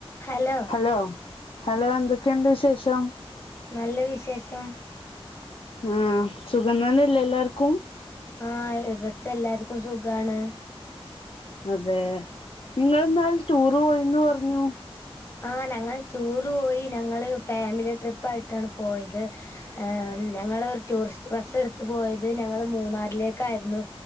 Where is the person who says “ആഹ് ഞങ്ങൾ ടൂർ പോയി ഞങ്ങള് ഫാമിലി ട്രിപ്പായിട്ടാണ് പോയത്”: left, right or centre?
Left